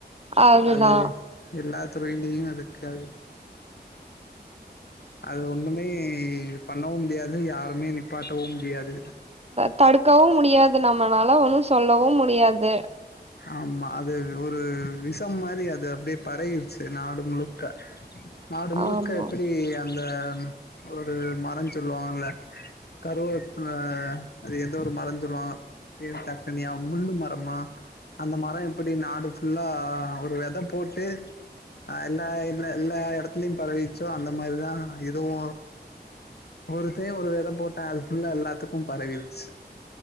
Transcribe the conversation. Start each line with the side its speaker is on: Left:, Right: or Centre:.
Right: அதுதா
Left: அது எல்லா தொறையிலயு இருக்காது <unintelligible> அது ஒண்ணுமே பண்ணவு முடியாது யாருமே நிப்பாட்டவு முடியாது
Right: அ தடுக்கவு முடியாது நம்மனால ஒண்ணு சொல்லவு முடியாது
Left: ஆமா அது ஒரு விஷம் மாரி அது அப்டியே பரவிடுச்சு நாடு முழுக்கா நாடு முழுக்க
Right: ஆமா
Left: எப்பிடி அந்த ஒரு மரோ சொல்லுவாங்கல்ல கருவேப்புல்ல அ அது ஏதோ ஒரு மரோ சொல்லுவாங்க பேரு டக்குனு ஞாபகம் முள்ளு மாரி ஆமா அந்த மரோ எப்பிடி நாடு ஃபுல்லா ஒரு வெத போட்டு ஆ எல்லா எல்ல எல்லா எடத்துலயு பரவிச்சோ அந்த மாரிதா இதுவு ஒருத்தே ஒரு வெத போட்டா அது ஃபுள்ள எல்லாத்துக்கு பரவிடுச்சு